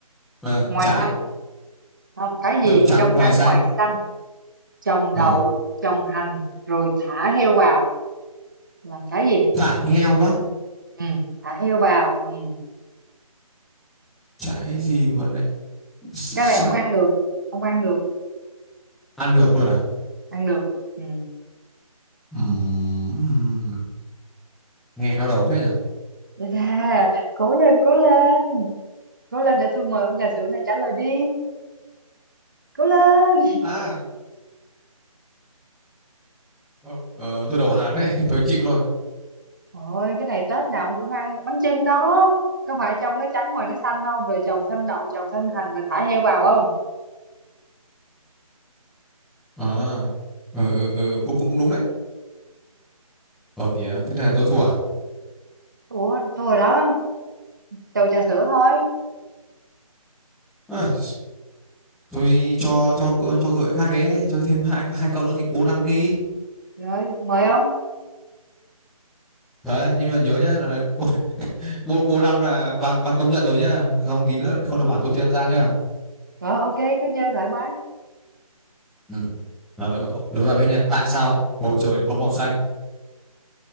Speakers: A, in the centre; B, on the right (about 35°).
A: Ờ,
B: ngoài
A: trái
B: xanh. Không, cái gì
A: trong trắng
B: trong
A: ngoài
B: trắng
A: xanh
B: ngoài xanh, trồng đậu,
A: Ờ,
B: trồng hành rồi thả heo vào là cái gì?
A: thả heo quá
B: Ừ, thả heo vào. Ừ.
A: trái gì mà lại sao
B: Cái này ông
A: lại
B: ăn được, ông ăn được,
A: ăn được luôn à
B: ăn được. Ừ.
A: Ừm. nghe đau đầu thế nhỉ
B: Đây cố lên, cố lên. Cố lên để tôi mời ông trà sữa này trả lời đi. Cố lên.
A: à ờ, ờ, tôi đầu hàng đấy <laughs> tôi chịu thôi
B: ôi cái này Tết nào ông cũng ăn bánh chưng đó. Có phải trong nó trắng ngoài nó xanh không? Rồi trồng thêm đậu, trồng thêm hành rồi thả heo vào không?
A: à ừ, ừ, ừ, cũng cũng cũng đúng đấy ờ kìa thế này tôi thua à
B: Ủa, tôi rồi đó, trầu trà sữa thôi.
A: Ai, tôi cho cho cho gợi khác đấy chơi thêm hai hai câu nữa thành bô năm đi
B: Rồi, mời ông.
A: Đấy, nhưng mà nhớ nhá là, là bô, bô năm là bà bà công nhận rồi nhá không tí nữa không được bảo tôi chen ra nhá
B: Rồi, ok, cứ chơi thoải mái.
A: ừ đó, đó, đó là bên nhà tại sao bầu trời lại có màu xanh